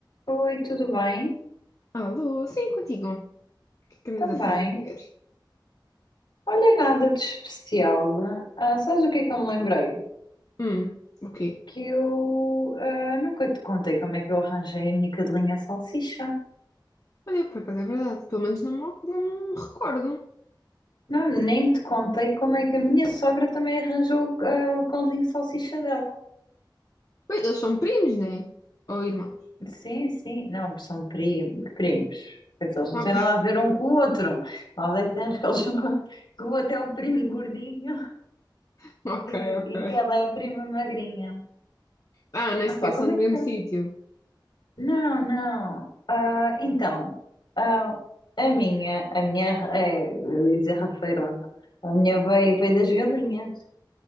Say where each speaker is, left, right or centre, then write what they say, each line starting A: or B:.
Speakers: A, on the left; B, on the left.
A: Oi, tudo bem?
B: Alô, sim, contigo. O que é que andas
A: Também.
B: a fazer?
A: Olha, nada de especial. Ah, sabes o que é que eu me lembrei?
B: Hum, o quê?
A: Que eu ah, nunca te contei como é que eu arranjei a minha cadelinha salsicha.
B: Olha, por acaso é verdade. Pelo menos não, me- não me recordo.
A: Não, nem te contei como é que a minha sogra também arranjou ah, o cãozinho salsicha dela.
B: Ué, Eles são primos, né? Ou irmãos?
A: Sim, sim. Não, são primos, primos. Quer dizer, eles não
B: Ok,
A: têm nada a ver um com o outro. Nós é que temos que eles... <laughs> que o outro é o primo gordinho
B: <laughs> ok,
A: e,
B: ok.
A: e que ela é a prima magrinha.
B: Ah, nem
A: Ah
B: sequer
A: pá, como
B: são
A: é
B: do mesmo
A: que...
B: sítio.
A: Não, não. Ah, então, ah, a minha, a minha, é, eu ia dizer rafeirona, a minha veio, veio das galinhas,